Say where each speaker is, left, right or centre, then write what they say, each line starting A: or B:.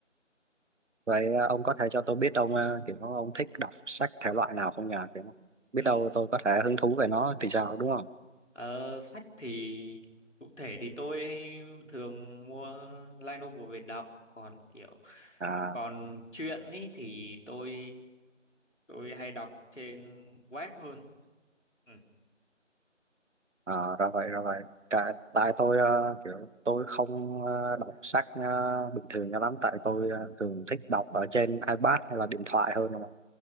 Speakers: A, on the right (about 70°); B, on the left (about 70°).
A: vậy ông có thể cho tôi biết ông à, kiểu ông thích đọc sách thể loại nào không nhờ kiểu biết
B: ừ,
A: đâu tôi có thể hứng thú về nó thì sao đúng không
B: ờ, sách thì cụ thể thì tôi thường mua light novel về đọc còn kiểu
A: à,
B: còn chuyện ấy thì tôi tôi hay đọc trên web hơn Ừ.
A: À, ra vậy ra vậy tại, tại tôi ờ, kiểu tôi không ờ, đọc sách ờ, bình thường cho lắm tại tôi ờ, thường thích đọc ở trên iPad hay là điện thoại hơn đúng không?